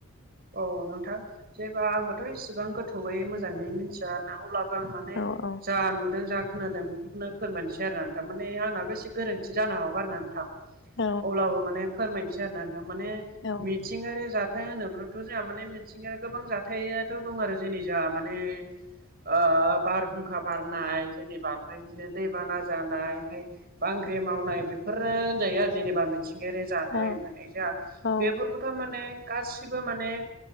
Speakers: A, on the right (about 45°); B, on the left (about 60°).
A: औ नोंथां जेबा आंबोथ' इसिबां गोथौयै मोजाङै मिथिया अब्लाबो आं माने
B: औ औ
A: जा नुदों जा खोनादों बेखौनो फोरमायनोसै आरो ना नोंथां माने आंनाबो एसे गोरोन्थि जानो हागौ आरो ना नोंथां
B: औ
A: अब्लाबो माने फोरमायनोसै आरोना नोंथां माने
B: औ
A: मिथिंगायारि जाथाय होनोबा थ' जोंहा माने मिथिंगायारि गोबां जाथायाथ' दं आरो जोंनि जा माने ओ बारहुंखा बारनाय जेनेबा ओमफाय बिदिनो दैबाना जानाय ओमफाय बांग्रि मावनाय बेफोरो होनजायो आरो जेनेबा मिथिंगायारि जाथाय
B: औ
A: होननानै जोंहा
B: औ
A: बेफोरबोथ' माने गासि सिबो माने